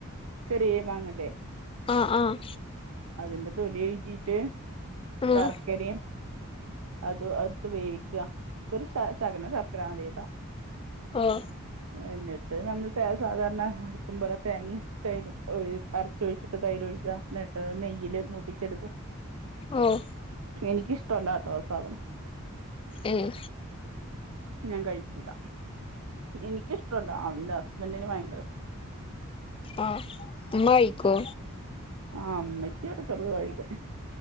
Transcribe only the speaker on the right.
ചെറിയെ മാങ്ങല്ലേ
അതിന്റെ തൊലി ഒഴിച്ചിട്ട് ശർക്കരയും
അത് അത് അത് വേവിക്ക ഒരു ശക ശകലം ശർക്കര മതിട്ടോ
എന്നിട്ട് നമ്മൾ തേ സാധാരണ അക്കും പോലെ തേങ്ങയും തൈര് ഒര് അരച്ചൊഴിച്ചിട്ട് തൈര് ഒഴിക്കാം എന്നട്ട് നെയ്യല് മൂപ്പിച്ചെടുക്കും
എനിക്കിഷ്ട്ടല്ലട്ടോ ആ സാധനം.
ഞാൻ കഴിക്കൂല. എനിക്കിഷ്ടല്ല എന്റെ ഹസ്ബൻഡന് ഭയങ്കര ഇഷ്ട.
ആഹ് ഉമ്മച്ചി ഇടക്ക് ഇടക്ക് കഴിക്കും.